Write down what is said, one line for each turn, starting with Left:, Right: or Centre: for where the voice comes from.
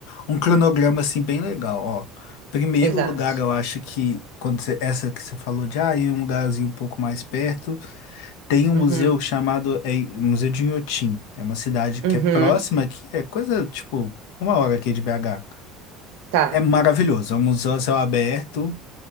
Left: um cronograma assim bem legal, ó. Primeiro
Right: Exato.
Left: lugar, eu acho que quando você, essa que você falou de ah, ir um lugarzinho um pouco mais perto, tem um
Right: Uhum.
Left: museu chamado é, Museu de Inhotim. É uma cidade que
Right: Uhum.
Left: é próxima aqui, é coisa tipo uma hora aqui de BH.
Right: Tá.
Left: É maravilhoso, é um museu a céu aberto